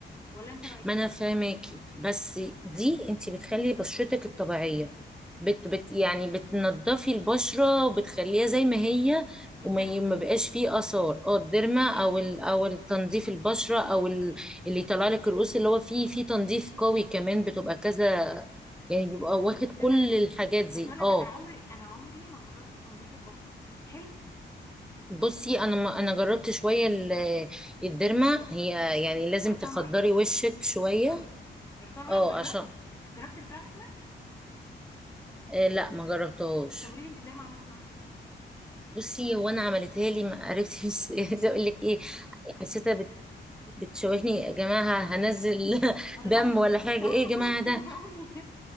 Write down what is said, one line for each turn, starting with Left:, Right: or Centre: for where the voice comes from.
Left: ولا انت رايك
Centre: ما
Left: ايه
Centre: انا فاهماكي بس دي انت بتخلي بشرتك الطبيعيه بت بت يعني بتنضفي البشره وبتخليها زي ما هي
Left: الديرما
Centre: وما ي- ما بقاش فيه اثار اه الديرما
Left: ماشي
Centre: او ال او التنظيف البشره او ال
Left: ماشي
Centre: اللي يطلع لك الرؤوس اللي هو فيه فيه تنظيف قوي كمان بتبقى كذا يعني بيبقى واخد
Left: كذا
Centre: كل
Left: ليفل
Centre: الحاجات دي
Left: بس اقول لك
Centre: اه
Left: انا عمري انا عمري ما جربت تنظيف البشره ده حلو
Centre: بصي انا ما انا جربت شويه ال- الديرما هي يعني لازم
Left: جربتها
Centre: تخدري
Left: مره
Centre: وشك شويه
Left: جربتها مره جربتها مره
Centre: اه
Left: جربت
Centre: عشان
Left: جربت الفراكشنر
Centre: آه لا ما جربتهاش
Left: طب قولي لي انت الديرما عملتي معاها ايه
Centre: بصي هو انا عملتها لي ما عرفتش <laughs> عايزه اقول لك ايه حسيتها بت- بتشوشني يا جماعه هنزل <laughs>
Left: انا
Centre: دم
Left: دم
Centre: ولا حاجه
Left: دم
Centre: ايه يا جماعه
Left: في وشي
Centre: ده
Left: الحقوني